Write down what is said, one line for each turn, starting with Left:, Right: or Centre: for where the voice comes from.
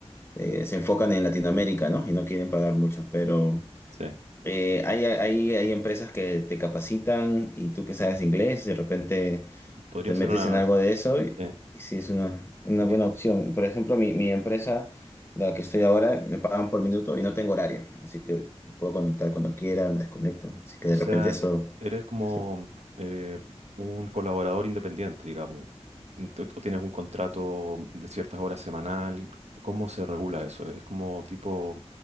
Left: eh, se enfocan en Latinoamérica, ¿no? Y no quieren pagar mucho, pero
Right: Sí,
Left: eh, hay, hay, hay empresas que te capacitan y tú que sabes inglés, de repente
Right: podría
Left: te
Right: ser
Left: metes
Right: una...
Left: en algo de eso y,
Right: eh,
Left: y sí es una, una
Right: di-
Left: buena opción. Y, Por ejemplo, mi, mi empresa, la que estoy ahora, me pagan por minuto y no tengo horario, así que puedo conectar cuando quiera, me desconecto. Así que
Right: O
Left: de
Right: sea,
Left: repente eso,
Right: e- eres como
Left: sí.
Right: eh, un colaborador independiente, digamos. Mm, Tú, tú tienes un contrato de ciertas horas semanal. ¿Cómo se regula eso? ¿Es como tipo